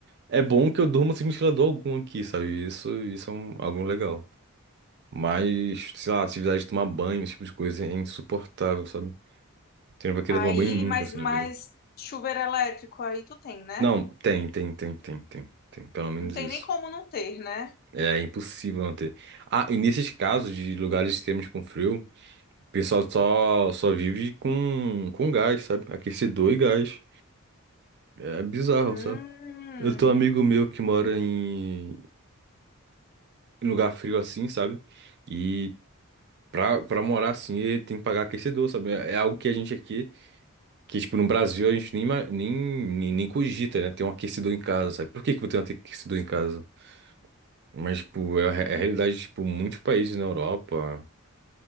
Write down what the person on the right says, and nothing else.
É bom que eu durmo sem ventilador algum aqui, sabe? Isso, isso é um, algo legal. Mas, sei lá, atividade de tomar banho, esse tipo de coisa é insuportável, sabe? Você não vai querer
tomar banho nunca
assim
na vida.
Não, tem, tem, tem, tem, tem, tem, pelo menos
isso.
É impossível não ter. Ah, e nesses casos de lugares extremos com frio. O pessoal só, só vive com, com gás, sabe? Aquecedor e gás. É bizarro,
sabe? Eu tenho um amigo meu que mora em, em lugar frio assim, sabe? E pra, pra morar assim, ele tem que pagar aquecedor, sabe? É é algo que a gente aqui, que tipo, no Brasil a gente nem, ima- nem, nem, nem cogita, né? Ter um aquecedor em casa, sabe? Por que que eu tenho um aquecedor em casa? Mas, tipo, é a, re- é a realidade de, tipo, muitos países na Europa,